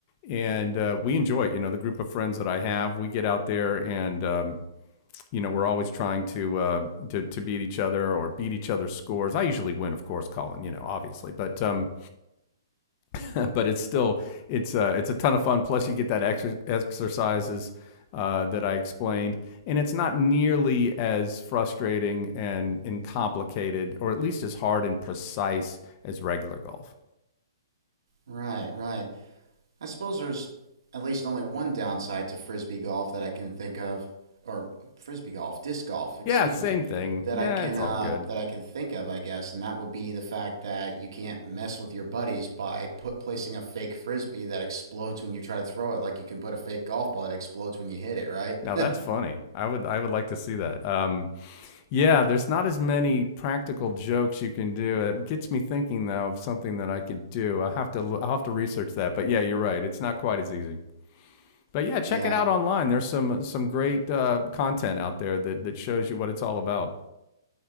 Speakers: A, on the left; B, on the right.
A: and uh, we enjoy it. You know, the group of friends that I have, we get out there and um, you know we're always trying to, uh, to to beat each other or beat each other's scores. I usually win, of course, Colin. You know, obviously, but um, <laughs> but it's still it's uh, it's a ton of fun. Plus, you get that exer- exercises. Uh, that I explained, and it's not nearly as frustrating and, and complicated, or at least as hard and precise as regular golf.
B: Right, right. I suppose there's at least only one downside to frisbee golf that I can think of, or frisbee golf, disc golf, excuse
A: Yeah, same
B: me,
A: thing.
B: that
A: Yeah,
B: I can
A: it's
B: uh,
A: all good.
B: that I can think of, I guess, and that would be the fact that you can't mess with your buddies by put placing a fake frisbee that explodes when you try to throw it, like you can put a fake golf ball that explodes when you hit it, right?
A: Now
B: <laughs>
A: that's funny. I would I would like to see that. Um, yeah, there's not as many practical jokes you can do. It gets me thinking though of something that I could do. I have to lo- I'll have to research that. But yeah, you're right. It's not quite as easy. But yeah, check
B: Yeah,
A: it out online. There's some some great uh, content out there that that shows you what it's all about.